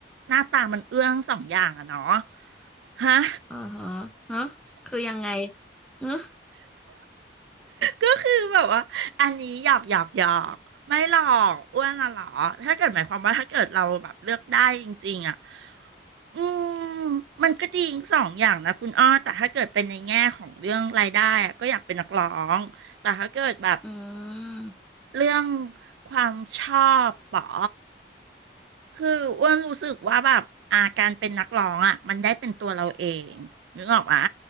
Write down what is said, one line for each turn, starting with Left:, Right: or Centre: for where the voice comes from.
Right: หน้าตามันเอื้อทั้งสองอย่างอะเนาะฮะ
Centre: อ่าฮะฮะคือยังไงฮะ
Right: ก็คือแบบว่าอันนี้หยอกหยอกหยอกไม่หรอกอ้วนอะหรอถ้าเกิดหมายความว่าถ้าเกิดเราแบบเลือกได้จริงๆอ่ะอืมมันก็ดีทั้งสองอย่างนะคุณอ้อแต่ถ้าเกิดเป็นในแง่ของเรื่องรายได้อะก็อยากเป็นนักร้องแต่ถ้าเกิดแบบ
Centre: อืม
Right: เรื่องความชอบเหรอ คืออ้วนรู้สึกว่าแบบอาการเป็นนักร้องอ่ะมันได้เป็นตัวเราเองนึกออกปะ